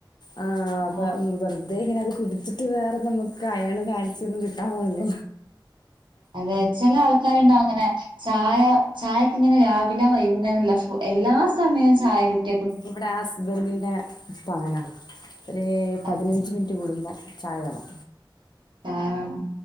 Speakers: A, on the left; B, on the right.
A: ആ അപ്പൊറ
B: ആ
A: അത ഇങ്ങനെ അത് കുടിച്ചിട്ട് വേറെ നമുക്ക് അയണ് കാഴ്ചയൊന്നും കിട്ടാൻ പോവില്ല
B: അതെ ചില ആൾക്കാരുണ്ടാവും അങ്ങനെ ചായ ചായക്ക ഇങ്ങനെ രാവിലെ വൈ ഇങ്ങന എല്ലാ സമയവും ചായ കിട്ട
A: ഇവിടെ ഹസ്ബൻറിന്റെ ഇപ്പ അങ്ങനാ ഒരു പതിനഞ്ച്
B: അതെ
A: മിനിറ്റ് കൂടുമ്പോ ചായ വേണം
B: ചായ വേണം